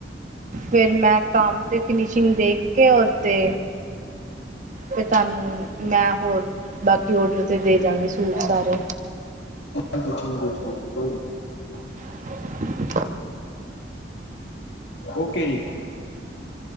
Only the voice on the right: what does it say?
ਫਿਰ ਮੈਂ ਕੰਮ ਤੇ ਫਿਨਿਸ਼ਿੰਗ ਦੇਖ ਕੇ ਔਰ ਤੇ ਫਿਰ ਤੁਹਾਨੂੰ ਮੈਂ ਹੋਰ ਬਾਕੀ ਔਡਰ ਤੇ ਦੇ ਜਾਗੇ ਸੂਟ ਸਾਰੇ।
<unintelligible> <inaudible>